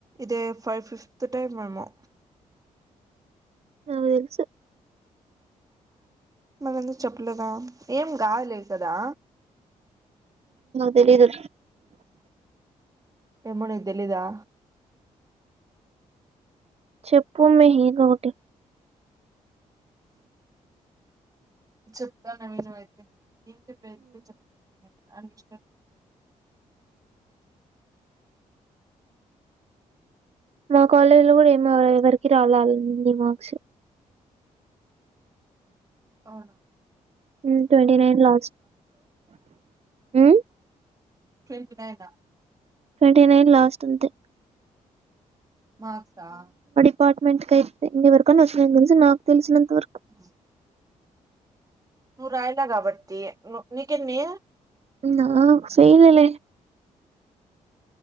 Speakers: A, on the right; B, on the right.
A: ఇదే ఫైవ్ ఫిఫ్త్ టైం ఏమో.
B: నాకు తెల్సు.
A: మళ్లీ ఎందుకు చెప్పలేదా ఏం కాదులే కదా.
B: తెలిదు.
A: ఇప్పుడు ఇది తెలీదా.
B: చెప్పు మెహె గోటి.
A: చెప్త నువ్వు విను అయితే. ఏం చెప్పే చాప్ ఆరిష్ట.
B: మా కాలేజ్ లో కూడా ఏమ ఎవరికి రాలే అది హిందీ మార్క్స్.
A: అవ్నా.
B: ఉమ్ ట్వంటి నైన్ లాస్ట్ ఉమ్.
A: ట్వంటి నైనా.
B: ట్వంటీ నైన్ లాస్ట్ అంతే.
A: మాక్స్ ఆహ్.
B: అపార్ట్మెంట్ కయితే ఇంకా ఎవరికన్నా ఒచ్చినాయి తెలిసి నాకు తెల్సినంత వరకు.
A: ఆహ్ ఉమ్. నువ్ రాయల కాబట్టి నీకెన్నీ
B: నేనా ఫెయిలె లే